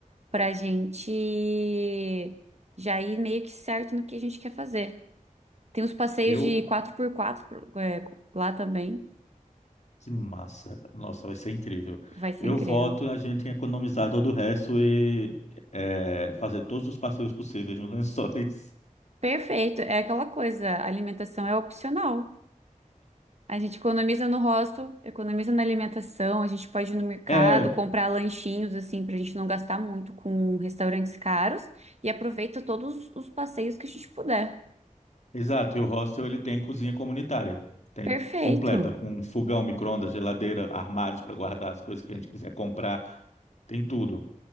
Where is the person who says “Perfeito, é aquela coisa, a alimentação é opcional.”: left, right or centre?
Right